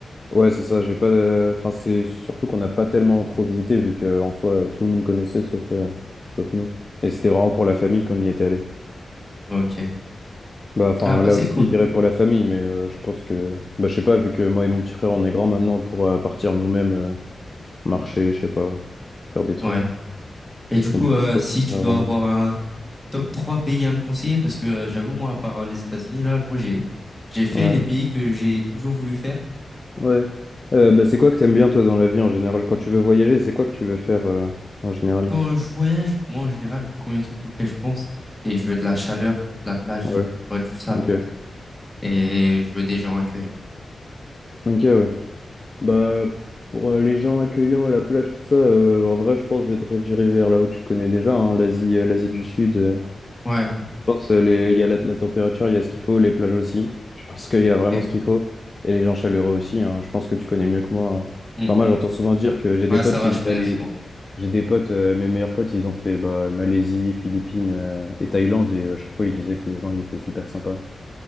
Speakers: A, on the left (about 30°); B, in the centre.
A: Ouais, c'est ça. J'ai pas. de- Enfin, c'est surtout qu'on n'a pas tellement trop visité vu que en soi tout le monde connaissait sauf euh, sauf nous. Et c'était vraiment pour la famille qu'on y était allé.
B: Ok.
A: Bah, enfin,
B: Ah bah
A: là
B: c'est
A: aussi,
B: cool.
A: je dirais pour la famille, mais euh, je pense que, bah, je sais pas, vu que moi et mon petit frère, on est grands maintenant pour euh, partir nous-mêmes, euh, marcher, je sais pas, faire des trucs.
B: Ouais. Et du coup,
A: Et du
B: euh,
A: coup, je pense
B: si
A: que ça
B: tu
A: va
B: dois
A: vraiment-
B: avoir un top 3 pays à me conseiller, parce que euh, j'avoue, moi, à part euh, les États-Unis, là, moi j'ai j'ai fait
A: Ouais.
B: les pays que j'ai toujours voulu faire.
A: Ouais. Euh, bah, c'est quoi que
B: Parce
A: t'aimes
B: que
A: bien, toi, dans la vie en général? Quand tu veux voyager, c'est quoi que tu veux faire euh, en général?
B: quand je voyage, moi en général, le premier truc auquel je pense, c'est je veux de la chaleur, de la plage,
A: Ouais,
B: tu vois, du sable.
A: ok.
B: Et je veux des gens accueillants.
A: Ok, ouais. Bah, pour euh, les gens accueillants, la plage, tout ça, euh, en vrai, je pense que je vais te rediriger vers là où tu connais déjà, hein, l'Asie, euh, l'Asie du Sud.
B: Ouais,
A: Je pense euh, les- il y a la, la température, il y a ce qu'il faut, les plages aussi. Je pense qu'il y a
B: ok.
A: vraiment ce qu'il faut. Et les gens chaleureux aussi, hein. Je pense que tu connais mieux que moi. hein.
B: Mm.
A: Enfin, moi, j'entends souvent dire que j'ai des
B: Ouais,
A: potes,
B: ça va,
A: ils
B: je
A: étaient
B: connais
A: allés.
B: ce coin.
A: J'ai des potes, euh, mes meilleurs potes, ils ont fait bah, Malaisie, Philippines euh, et Thaïlande. Et euh, à chaque fois, ils disaient que les gens, ils étaient super sympas.